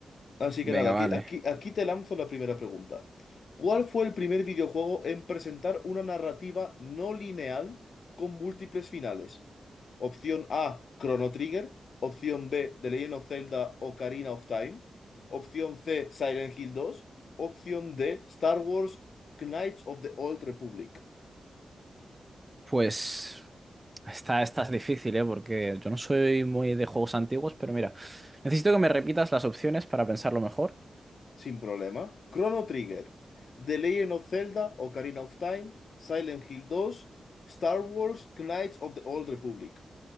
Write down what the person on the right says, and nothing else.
Venga,
vale.
Pues esta, esta es difícil, ¿eh? Porque yo no soy muy de juegos antiguos, pero mira, necesito que me repitas las opciones para pensarlo mejor.